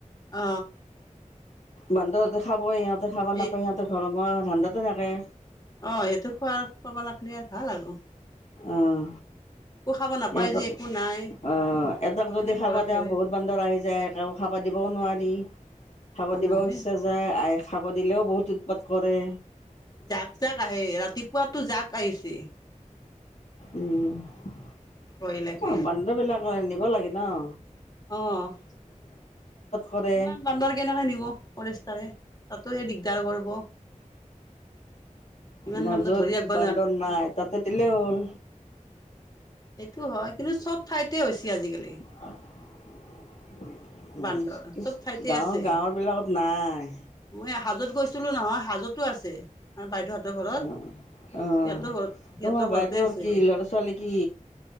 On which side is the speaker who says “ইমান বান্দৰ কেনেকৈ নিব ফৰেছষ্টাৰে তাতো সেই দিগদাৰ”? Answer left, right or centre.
Left